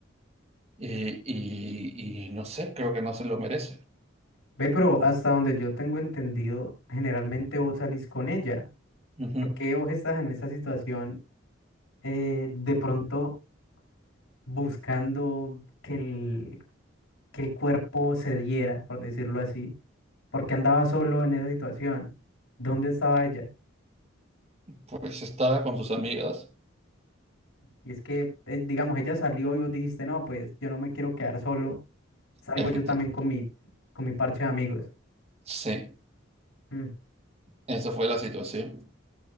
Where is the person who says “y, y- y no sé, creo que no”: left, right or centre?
Right